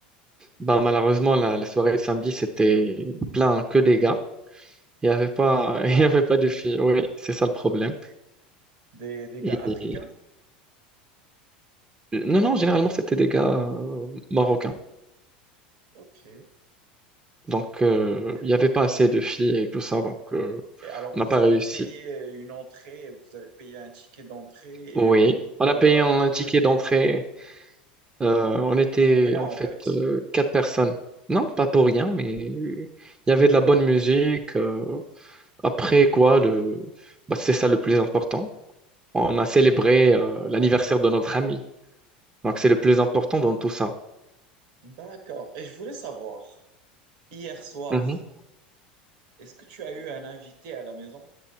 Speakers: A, on the right; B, on the right.
A: Bah, malheureusement, la, la soirée de samedi, c'était plein que des gars. Il n'y avait pas,
B: Ah
A: <laughs>
B: bon?
A: il y avait pas de filles. Oui, c'est ça le problème.
B: Des, des gars
A: Et-
B: africains?
A: et- Non, non, généralement, c'était des gars euh, marocains.
B: Ok,
A: Donc, euh,
B: d'accord.
A: il n'y avait pas assez de filles et tout ça. Donc, euh,
B: Et alors,
A: on
B: vous
A: n'a pas
B: avez
A: réussi.
B: payé euh, une entrée, vous avez payé un ticket d'entrée
A: Oui.
B: et
A: On
B: pour,
A: a payé
B: euh,
A: un
B: pour
A: ticket d'entrée. Euh, on était
B: Pour rien,
A: en
B: en
A: fait
B: fait.
A: euh, quatre personnes. Non, pas pour rien, mais il y avait de la bonne musique. euh, Après quoi, le... bah, c'est ça le plus important. On a célébré euh, l'anniversaire de notre ami. Donc, c'est le plus important dans tout ça.
B: D'accord. Et je voulais savoir, hier soir,
A: Mhm.
B: est-ce que tu as eu un invité à la maison?